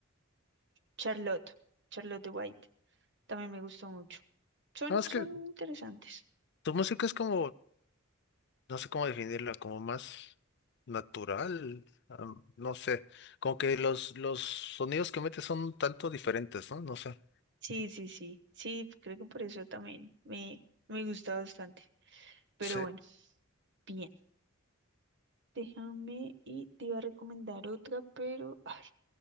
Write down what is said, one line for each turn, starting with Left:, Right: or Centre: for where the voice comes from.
Right: Charlotte, Charlotte de White, también me gustó mucho. Son,
Left: No, es
Right: son
Left: que
Right: interesantes.
Left: tu música es como no sé cómo definirla, como más natural, am, no sé, como que los, los sonidos que mete son un tanto diferentes, ¿no? No sé.
Right: Sí, sí, sí, sí, creo que por eso también me, me gusta bastante. Pero
Left: Sí.
Right: bueno, bien, déjame y te iba a recomendar otra, pero ay,